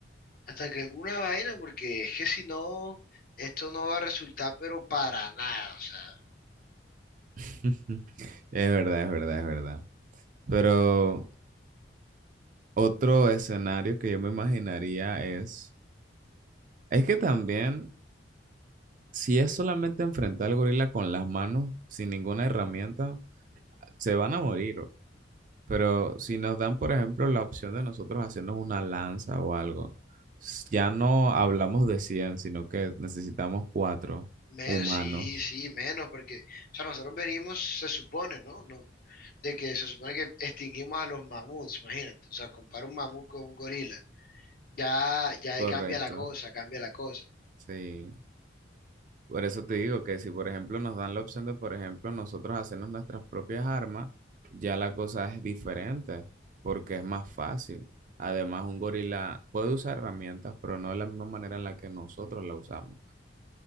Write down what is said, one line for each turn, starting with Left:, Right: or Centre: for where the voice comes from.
Left: Hasta que alguna vaina, porque es que si no, esto no va a resultar, pero para nada, o sea,
Right: <laughs> Es verdad, es verdad, es verdad. Pero otro escenario que yo me imaginaría es, es que también si es solamente enfrentar al gorila con las manos, sin ninguna herramienta, se van a morir. Pero si nos dan, por ejemplo, la opción de nosotros hacernos una lanza o algo, s- ya no hablamos de 100 sino que necesitamos cuatro
Left: menos,
Right: humanos.
Left: sí, sí, menos, porque, o sea, nosotros venimos, se supone, ¿no? No, de que se supone que extinguimos a los mamuts, imagínate, o sea, compara un mamut con un gorila, ya, ya
Right: Correcto,
Left: ahí cambia la cosa, cambia la cosa.
Right: sí. Por eso te digo que si, por ejemplo, nos dan la opción de, por ejemplo, nosotros hacernos nuestras propias armas, ya la cosa es diferente, porque es más fácil. Además, un gorila puede usar herramientas, pero no de la misma manera en la que nosotros la usamos.